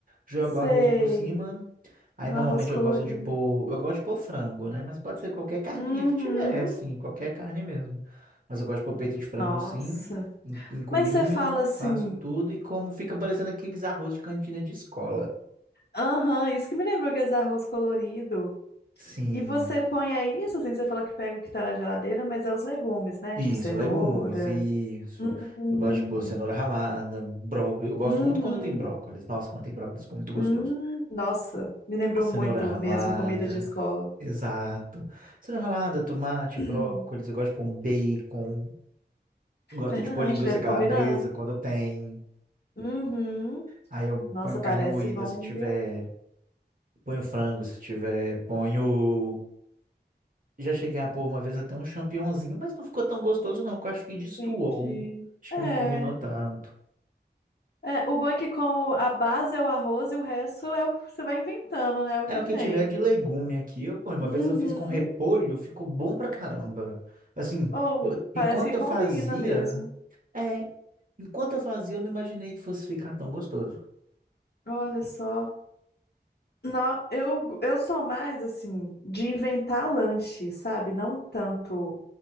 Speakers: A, on the right; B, on the left.
A: Jogo
B: sei.
A: arroz por cima. Aí
B: Um
A: normalmente
B: arroz colorido.
A: eu gosto de pôr, eu gosto de pôr frango, né? Mas pode ser qualquer carninha
B: Uhum.
A: que tiver, assim, qualquer carne mesmo. Mas eu gosto de pôr peito de frango
B: Nossa.
A: sim, em, em cubinho,
B: Mas você fala assim,
A: faço tudo e como fica parecendo aqueles arroz de cantina de escola.
B: aham, isso que me lembrou aqueles arroz colorido.
A: Sim.
B: E você põe aí isso, assim, você falou que pega o que tá na geladeira, mas é os legumes, né? Tipo
A: Isso,
B: cenoura.
A: legumes, isso.
B: Hum,
A: Eu gosto de pôr cenoura ralada, brócolis. Eu gosto
B: uhum,
A: muito quando tem brócolis. Nossa, quando tem brócolis fica muito gostoso.
B: hum. nossa, me lembrou
A: Cenoura
B: muito
A: ralada,
B: mesmo comida de escola.
A: exato. Cenoura ralada, tomate,
B: <clears throat>
A: brócolis. Eu gosto de pôr um bacon. Eu gosto
B: Verdade,
A: de pôr linguiça
B: deve
A: calabresa
B: combinar.
A: quando tem.
B: Uhum.
A: Aí eu
B: Nossa,
A: ponho carne
B: parece
A: moída
B: bom,
A: se tiver.
B: viu?
A: Ponho frango se tiver. Ponho. Já cheguei a pôr uma vez até um champignonzinho, mas não ficou tão gostoso, não, que eu acho que
B: Entendi.
A: destoou. Acho
B: É,
A: que não combinou tanto.
B: é, o bom é que como a base é o arroz e o resto é o, você vai inventando, né? O
A: É
B: que
A: o que
B: tem.
A: tiver de legume aqui. Eu, pô, uma
B: Uhum.
A: vez eu fiz com repolho, ficou bom pra caramba. Assim,
B: Ou
A: eu- enquanto
B: parece que
A: eu
B: combina
A: fazia,
B: mesmo.
A: é, enquanto eu fazia, eu não imaginei que fosse ficar tão gostoso.
B: Olha só. Não, eu, eu sou mais assim de inventar lanche, sabe? Não tanto.